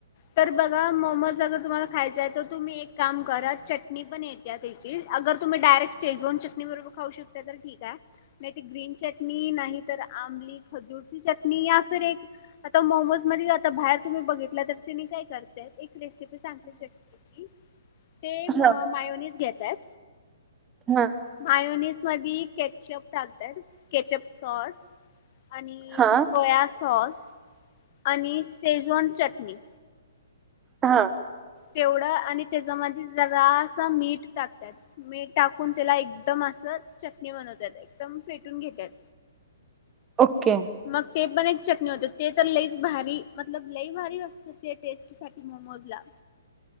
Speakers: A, on the left; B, on the right.
A: तर बघा मोमोज अगर तुम्हाला खायचयं तर तुम्ही एक काम करा चटणी पण येते त्याची अगर तुम्ही डायरेक्ट शेजवान चटणी बरोबर खाऊ शकता, तर ठीक आहे. नाही, ते ग्रीन चटणी नाही तर आंमली खजूरची चटणी या फिर एक आता मोमोज म आता बाहेर तुम्ही बघितलं, तर तिने काय करताय? रेसिपी सांगते चटणीची ते
B: हा
A: मायोनीज घेतात.
B: हा.
A: मायोनीस. मधी केचअप टाकतात. Ketchup sauce. आणि
B: हा
A: सोया सॉस. आणि शेजवान चटणी.
B: हा.
A: तेवढं आणि त्याच्यामध्ये जरासं मीठ टाकतात, मीठ टाकून त्याला एकदम असं चटणी बनवतात. एकदम फेटून घेतात.
B: ओके!
A: मग ते पण एक चटणी होत, ते तर लईचं भारी मतलब लई भारी होतयं, ते टेस्ट साठी मोमोज ला.